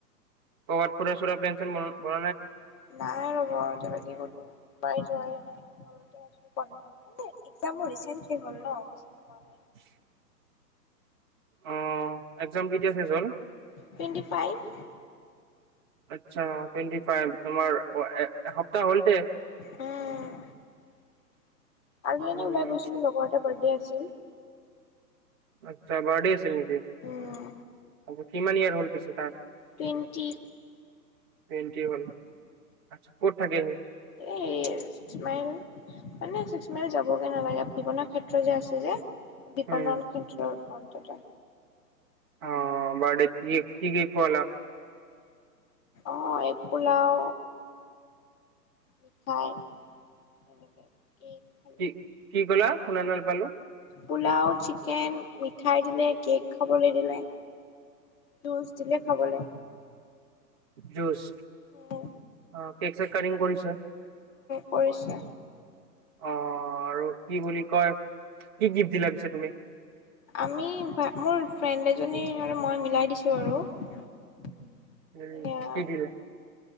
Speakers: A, on the right (about 15°); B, on the left (about 25°).
A: কবাত ফুৰা চোৰা প্লেণ শ্লেন বনা
B: নাই ৰব আৰু তোক কি ওলাই যোৱাই নাই ঘৰতে আছো পন্ধৰ মানে একযাম ৰিচেণ্টেলি হ'ল ন বেছি দিন হোৱা নাই। মুখ
A: <unintelligible> অ একজাম কেতিয়া চেচ হল
B: টুৱেণ্টি ফাইভ।
A: আচ্ছা টুৱেণ্টি ফাইভ তোমাৰ এসপ্তাহ হৈছে
B: আহ কালি এনে
A: উম,
B: ওলাই গৈছিলো লগৰ এটা বাৰ্থডে আছিল।
A: আচ্ছা বাৰডে আছিল নেকি?
B: উম
A: আ কিমান ইয়াৰ হল পিছে তাত
B: টুৱেণ্টি
A: টুৱেন্টি হল, আচ্ছা ক'ত থাকে সি?
B: এই চিক্স মাইল। মানে ছিক্স মাইল যাবগে নালাগে বিপণি ক্ষেত্ৰ যে আছে যে বিপণন
A: উম
B: কেন্ত্ৰ ফন্ততে
A: অ বত কি কি খোৱা লা
B: অ এই পোলাও,, মিঠাই এনেকে কেক খালো
A: কি কি ক'লা শুনা নাপালো
B: পোলাও, চিকেন, মিঠাই দিলে কেক খাবলৈ দিলে। জুচ দিলে খাবলৈ!
A: জুচ
B: উম
A: অ কেক চেক কিং কৰিছে
B: কৰিছে
A: অ আৰু কি বুলি কয় কি গিফ্ট দিলা পিছে তুমি?
B: আমি মোৰ ফ্ৰেণ্ড এজনী মই মিলাই দিছো আৰু এয়া,
A: উম কি দিলা